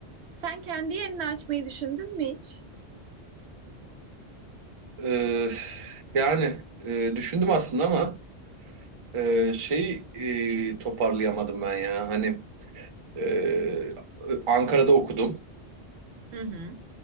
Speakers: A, on the right; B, on the right.
A: Sen kendi yerini açmayı düşündün mü hiç?
B: Ee, yani e, düşündüm aslında ama e, şeyi e, toparlayamadım ben ya. Hani e, Ankara'da okudum.
A: Hı hı,